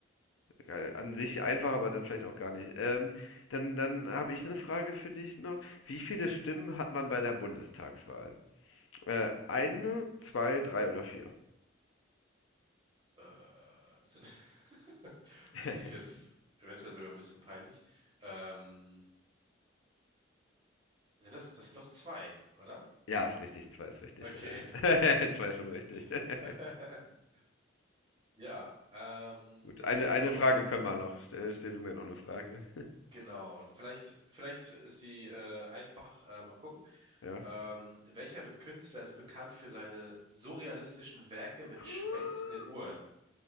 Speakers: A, on the left (about 80°); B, on the right (about 25°).
A: geil. an sich einfach, aber dann vielleicht auch gar nicht. Ähm, dann dann habe ich eine Frage für dich noch. Wie viele Stimmen hat man bei der Bundestagswahl? Äh, eine, zwei, drei oder vier?
B: Äh, sind, <laughs>
A: <laughs>
B: das ist jetzt eventuell sogar ein bisschen peinlich. Ähm, sind das, das sind doch zwei, oder?
A: Ja, ist richtig, zwei ist richtig.
B: Okay.
A: Ja, <laughs> Zwei ist schon richtig. <laughs>
B: <laughs> Ja, ähm,
A: Gut,
B: dann
A: eine,
B: würde ich jetzt
A: eine
B: auch noch
A: Frage
B: mal.
A: können wir noch. Stell, stell du mir noch eine Frage. <laughs>
B: Genau. Vielleicht, vielleicht ist die äh, einfach. Äh, mal gucken.
A: Ja.
B: Ähm, welcher Be- Künstler ist bekannt für seine surrealistischen Werke mit
A: <gasps> Oh
B: schmelzenden Uhren?